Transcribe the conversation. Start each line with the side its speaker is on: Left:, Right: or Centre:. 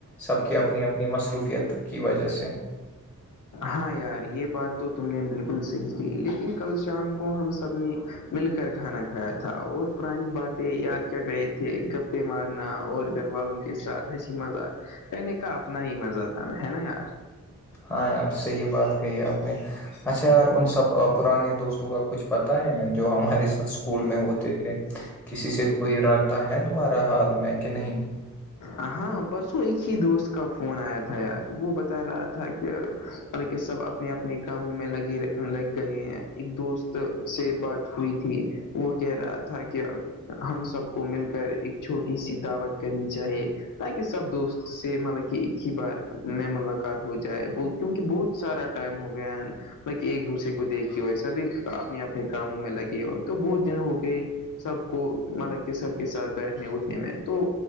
Centre: سب کی اپنی اپنی مصروفیت کی وجہ سے <inaudible>
Left: ہاں یار یہ بات تو تم نے بالکل صحیح کہی لیکن کل شام کو ہم سب نے مل کر کھانا کھایا تھا اور پرانی باتیں یاد کر رہے تھے گپے مارنا اور گھر والوں کے کے ساتھ ایسی مزہ کہنے کا اپنا ہی مزہ تھا ن ہے نا یار
Centre: ہاں یار صحیح بات کہی آپ نے اچھا یار ان سب پرانے دوستوں کا کچھ پتا ہے جو ہمارے س اسکول میں ہوتے تھے کسی سے کوئی رابطہ ہے تمہارا حال میں کہ نہیں
Left: ہ ہاں پرسوں ایک ہی دوست کا فون آیا تھا یار وہ بتا رہا تھا کہ ہمیں کہ سب اپنے اپنے کاموں میں لگے لگ گئے ہیں ایک دوست سے بات ہوئی تھی وہ کہہ رہا تھا کہ ہم سب کو مل کر ایک چھوٹی سی دعوت کرنی چاہے تاکہ سب دوست سے مطلب کہ ایک ہی بار میں ملاقات ہو جائے بو کیونکہ بہت سارا ٹائم ہو گیا ہے بط کہ ایک دوسرے کو دیکھے ہو سب اپنے اپنے کاموں میں لگے ہو تو بہت دن ہو گئے سب کو مطلب کہ سب کے ساتھ بیٹھنے اٹھنے میں تو